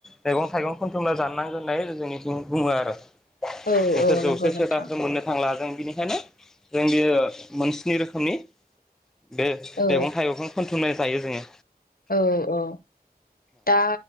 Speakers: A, in the centre; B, on the left.
A: मैगं-थाइगं खनथुमना जानांगोन होननानै जोंनिथिं बुङो आरो।
B: औ
A: बेखौ
B: औ
A: जौसे
B: नंगौ नोंथां
A: सेथाखौ मोननो थांला जों बेनिखायनो जों बेयो मोनस्नि रोखोमनि बे
B: औ
A: मैगं थाइगंं खोन थुमबायना जायो जोङो
B: औ औ दा